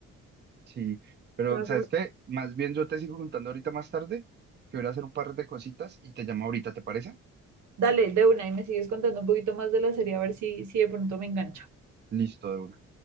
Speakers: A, on the right; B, on the right.
A: Sí, pero
B: Suena
A: ¿sabes
B: como
A: qué? Más bien yo te sigo contando ahorita más tarde, que voy a ir a hacer un par de cositas y te llamo ahorita, ¿te parece?
B: Dale, de una, y me sigues contando un poquito más de la serie, a ver si, si de pronto me engancho.
A: Listo, de una.